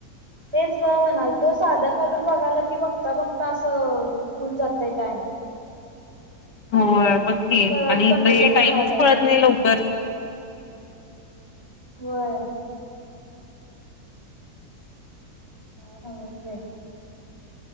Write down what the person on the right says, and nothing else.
तेच गं म्हणालतो साध्या कॉल वर बघाल की बघता बघता आसं हुन जातय टाइम.
कळत
पण
नाही
कधी
झालं.
व्हय. काय नव्हचं बाई.